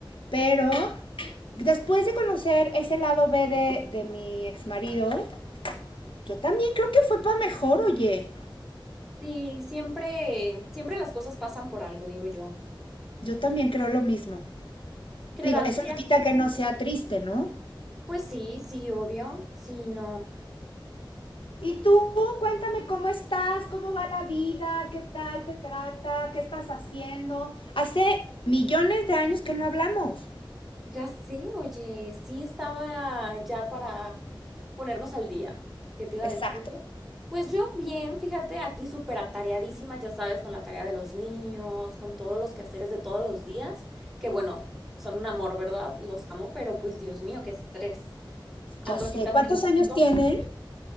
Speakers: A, on the left; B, in the centre.
A: pero después de conocer ese lado B de, de mi ex marido, Yo también creo que fue para mejor, oye.
B: Sí, siempre, siempre las cosas pasan por algo, digo yo.
A: Yo también creo lo mismo.
B: ¿Creerás,
A: Digo, eso
B: Cria?
A: no quita que no sea triste, ¿no?
B: Pues sí, sí, obvio, sí, no,
A: Y tú, cuéntame cómo estás, cómo va la vida, qué tal te trata, qué estás haciendo. Hace millones de años que no hablamos.
B: ya sé, oye, sí estaba ya para ponernos al día. ¿Qué te iba
A: Exacto.
B: a decir? Pues yo bien, fíjate, aquí súper atareadísima, ya sabes, con la tarea de los niños, con todos los quehaceres de todos los días, que bueno, son un amor, ¿verdad? Los amo, pero pues Dios mío, qué estrés. Ando
A: Ya sé.
B: ahorita haciendo
A: ¿Cuántos años
B: cinco,
A: tienen?